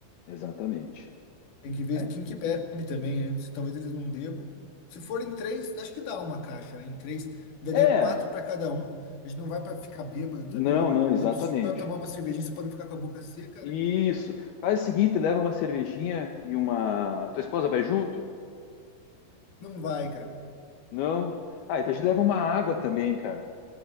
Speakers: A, on the left (about 75°); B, on the left (about 55°).
A: Exatamente.
B: Tem que ver
A: É.
B: quem que bebe também, né? Se talvez eles não bebam. Se forem três, acho que dá uma caixa, né? Em três, daria
A: É,
B: quatro para cada um. A gente não vai para ficar bêbado
A: não,
B: também, vai,
A: não, exatamente.
B: né? Só tomar uma cervejinha, só para não ficar com a boca seca,
A: Isso.
B: né?
A: Faz o seguinte, leva uma cervejinha e uma. Tua esposa vai junto?
B: Não vai, cara.
A: Não. Ah, então a gente leva uma água também, cara.